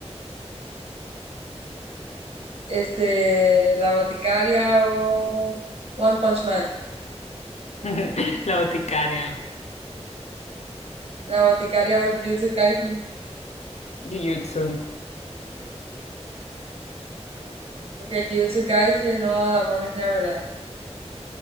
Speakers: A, on the right; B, on the left.
A: Este, La Boticaria o One Punch Man.
B: <laughs> La boticaria.
A: La Boticaria o Jujutsu Kaisen.
B: Jujutsu.
A: Porque Jujutsu Kaisen o The Promised Neverland.